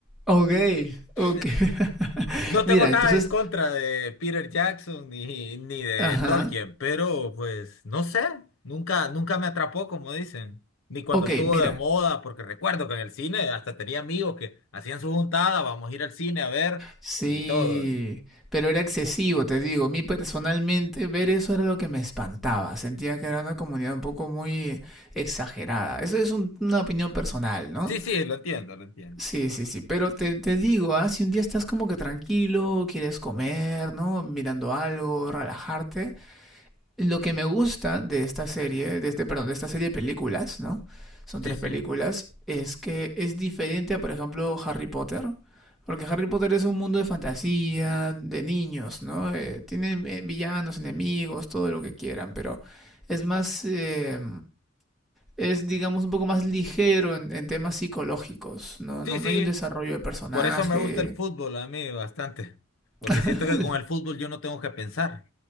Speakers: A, in the centre; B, on the left.
A: Ok,
B: <laughs>
A: ok. <laughs>
B: No
A: Mira,
B: tengo nada
A: entonces,
B: en contra de Peter Jackson ni, ni de
A: ajá.
B: Tolkien, pero pues no sé, nunca, nunca me atrapó, como dicen. Ni cuando
A: Ok,
B: estuvo
A: mira.
B: de moda, porque recuerdo que en el cine hasta tenía amigos que hacían su juntada, vamos a ir al cine a ver
A: Sí,
B: y todo.
A: pero era excesivo, te digo. A mí personalmente ver eso era lo que me espantaba. Sentía que era una comunidad un poco muy exagerada. Eso es un- una opinión personal, ¿no?
B: Sí, sí, lo entiendo, lo entiendo.
A: Sí, sí, sí. Pero te, te digo, ah, si un día estás como que tranquilo, quieres comer, ¿no? Mirando algo, relajarte. Lo que me gusta de esta serie, de este, perdón, de esta serie de películas, ¿no? Son
B: Sí,
A: tres
B: sí.
A: películas, es que es diferente a, por ejemplo, Harry Potter, porque Harry Potter es un mundo de fantasía, de niños, ¿no? Eh, tienen eh, villanos, enemigos, todo lo que quieran, pero es más, eh, es digamos un poco más ligero en, en temas psicológicos, ¿no?
B: Sí,
A: ¿no?
B: sí,
A: No hay un desarrollo de personaje.
B: por eso me gusta el fútbol a mí bastante, porque
A: <laughs>
B: siento que con el fútbol yo no tengo que pensar.